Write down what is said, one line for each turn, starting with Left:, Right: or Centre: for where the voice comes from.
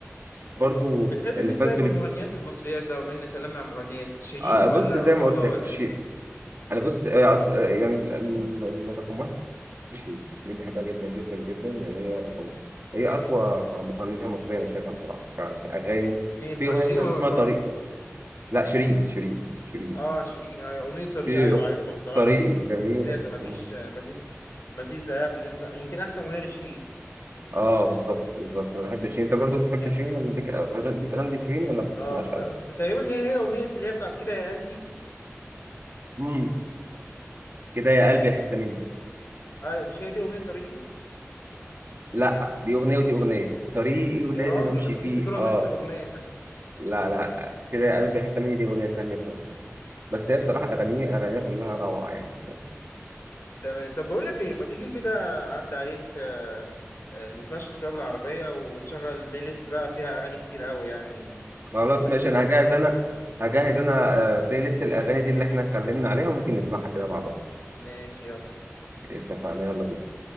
Right: برضو
Left: بتحب
Right: اللي
Left: مين
Right: فاز
Left: طيب
Right: بال
Left: من المغنيات المصريات بقى بما اننا اتكلمنا عن مغنيات شيرين
Right: آه
Left: ولا
Right: بص زي
Left: اصاله
Right: ما قلت لك
Left: ولا
Right: شيء
Left: ايه
Right: انا بص آه أص- آه، يعني ال- ال- ال- رقم واحد شيرين شيرين بحبها جدا جدا جدا يعني هي رقم هي اقوى مغنيه مصريه انا شايفها بصراحه ف- في الاغاني
Left: مين
Right: في
Left: آه،
Right: اغنيه
Left: شيرين
Right: مثلا
Left: ولا
Right: اسمها
Left: اصاله
Right: طريق لا شيرين شيرين شيرين
Left: اه شيرين ايوه اغنيه طريق
Right: في
Left: ايوه
Right: أغ-
Left: عارفها بصراحه
Right: طريقي جميله
Left: ممتازه مفيش
Right: اه
Left: مفيش مفيش زيها بالنسبه يمكن احسن اغنيه لشيرين
Right: آه، بالظبط بالظبط انا بحب شيرين انت برضو بتحب
Left: يعني.
Right: شيرين ولا ليك أغ- ليك اغاني شيرين ولا ما بتسمعهاش
Left: آه آه،
Right: قوي
Left: تقريبا هي هي أغنية اللي هي بتاعت كده يا قلبي
Right: امم كده يا قلبي يا حته مني
Left: أيوة مش هي دي أغنية طريقي
Right: لا دي اغنيه ودي اغنيه طريقي ولازم
Left: يا راجل
Right: امشي
Left: أنا كنت
Right: فيه
Left: أفتكرهم
Right: اه
Left: نفس الأغنية
Right: لا لا كده يا قلبي يا حته مني دي اغنيه ثانيه خالص بس هي
Left: <laughs>
Right: بصراحه اغانيها اغانيها كلها روعه يعني
Left: تمام طب بقول لك إيه ما تيجي كده أعدي عليك آه آه، نتمشى شوية بالعربية ونشغل بلاي ليست بقى فيها أغاني كتير قوي يعني
Right: خلاص
Left: ما
Right: ماشي
Left: ت...
Right: انا هجهز انا هجهز انا آه، بلاي ليست الاغاني دي اللي احنا اتكلمنا عليها وممكن نسمعها كده مع بعض
Left: ماشي يلا
Right: اتفقنا يلا بينا